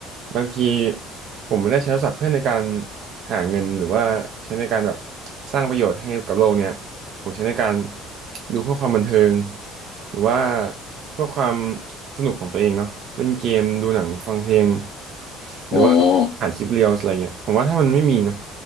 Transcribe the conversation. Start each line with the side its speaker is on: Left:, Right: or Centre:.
Right: บางทีผมไม่ได้ใช้โทรศัพท์เพื่อในการหาเงินหรือว่าใช้ในการแบบสร้างประโยชน์ให้กับโลกเนี่ย ผมใช้ในการดูเพื่อความบันเทิงหรือว่าเพื่อความสนุกของตัวเองเนาะเล่นเกมดูหนังฟังเพลงหรือว่าหาคลิปเรียลอะไรเงี้ยผมว่าถ้ามันไม่มีนะ
Left: อืม